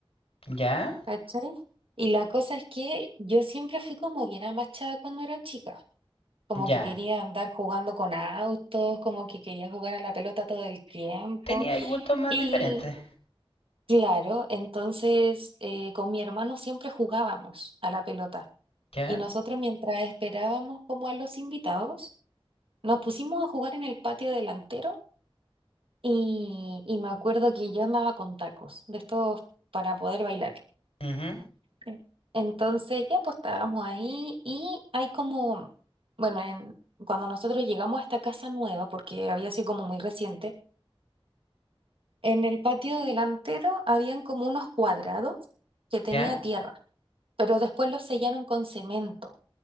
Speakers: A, on the left; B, on the right.
A: ¿Ya?
B: ¿cachai? Y la cosa es que yo siempre fui como bien amachada cuando era chica. Como
A: ¿Ya?
B: que quería andar jugando con autos, como que quería jugar a la pelota todo el tiempo.
A: Tenía gustos más
B: Y
A: diferentes.
B: claro, entonces eh, con mi hermano siempre jugábamos a la pelota
A: ¿Ya?
B: y nosotros mientras esperábamos como a los invitados, nos pusimos a jugar en el patio delantero y, y me acuerdo que yo andaba con tacos de estos para poder bailar.
A: ujú,
B: Sí. Entonces ya pues estábamos ahí y hay como, bueno, en- cuando nosotros llegamos a esta casa nueva, porque había sido como muy reciente, En el patio delantero habían como unos cuadrados que tenía
A: ¿Ya?
B: tierra, pero después los sellaron con cemento.